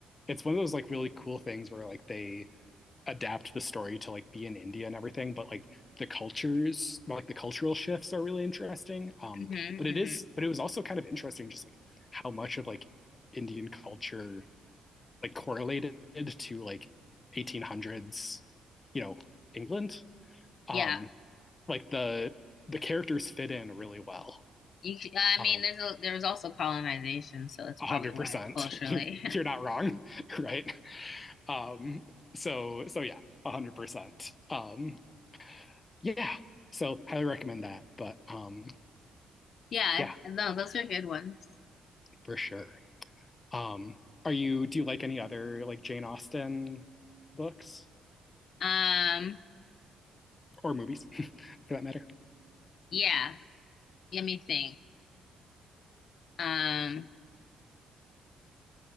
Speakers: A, on the left (about 30°); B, on the left (about 55°).
A: it's one of those like really cool things where like they adapt the story to like be in India and everything, but like the cultures, like the cultural shifts are really interesting. Um,
B: hmm
A: but it
B: hmm
A: is, but it was also kind of interesting just like how much of like Indian culture like correlated to like 1800s, you know, England. Um,
B: Yeah.
A: like the the characters fit in really well.
B: You, c- I
A: Um,
B: mean, there's a, there was also colonization, so it's
A: 100%.
B: probably why culturally.
A: <laughs> You're
B: <laughs>
A: you're not wrong, <laughs> right? Um, so so yeah, A hundred percent. Um, yeah. So highly recommend that. But um,
B: Yeah,
A: yeah,
B: no, those are good ones.
A: for sure. Um, are you do you like any other like Jane Austen books
B: Um,
A: or movies <laughs> for that matter?
B: yeah, let me think. Um,